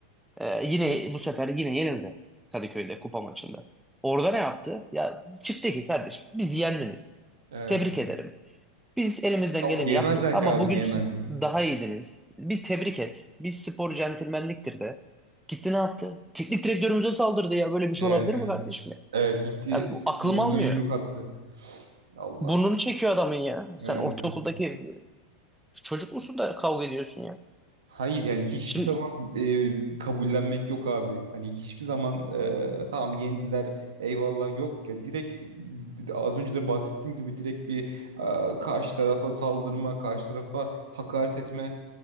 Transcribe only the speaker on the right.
Evet.
Yok
diyemezler
ki abi
diyemezler.
Evet
evet.
Evet gitti
burnuna
yumruk attı. Allah
aşkına.
Evet
evet.
Hayır yani hiçbir
zaman e, kabullenmek yok abi. Hani hiçbir zaman e, tamam yendiler eyvallah yok ya direkt e, az önce de bahsettiğim gibi direkt bir e, karşı tarafa saldırma, karşı tarafa hakaret etme.